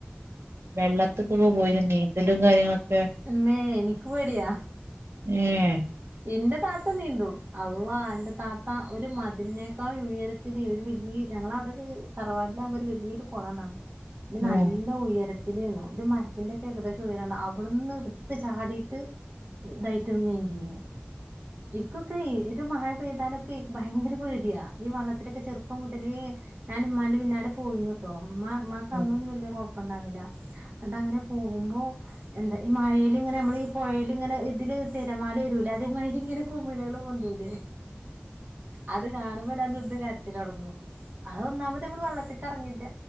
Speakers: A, on the right (about 75°); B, on the right (about 45°).
A: വെള്ളത്തിക്കൊക്കെ പോയി നീന്തലും കാര്യങ്ങളൊക്കെ
B: മേ എനിക്ക് പേടിയാ
A: ഏഹ്
B: എന്റെ താത്ത നീന്തും അള്ളാ എന്റെ താത്ത ഒരു മതിനിനേക്കാൾ ഉയര തൊര് ഒരു വല്യയ ഞങ്ങളവ്ടെര് തറവാട്ലാവുമ്പൊര് വലിയൊരു കൊളണാണ് നല്ല
A: ഉം
B: ഉയരത്തിലേന്നു ഒരു മരത്തിന്റൊക്കെ ഏകദേശം ഉയരാണ് അ ബട്ന്ന് ഇട്ത്ത് ചാടീട്ട് ഇതായിട്ട് നീന്തീനു ഇക്കൊക്കെ ഒരു മഴ പെയ്താലൊക്കെ ഭയങ്കര പേടിയാ ഈ വള്ളത്തിലൊക്കെ ചെറുപ്പം മുതലേ ഞാൻ ഇമാന്റെ പിന്നാലെ പോയിന്നന്ന് ട്ടോ ഇമമാ ഇമമാക്ക്
A: ഉം
B: അന്നൊന്നും വലിയ കൊഴപ്പ ഇണ്ടായിരുന്നില്ല അത അങ്ങനെ പോകുമ്പോ എന്താ ഈ മഴയിൽ ഇങ്ങനെ നമ്മള് ഈ പുഴൽ ഇങ്ങനെ ഇതില് തിരമാല വരൂല അത ഇങ്ങനെ കുമിളെള് പൊന്തൂലേ അത് കാണുമ്പ ഞാ നിന്ന് കര്ച്ചിലൊട്ങ്ങും അത ഒന്നാമത്വള് വെള്ളത്തിക്ക് എറങ്ങില്ല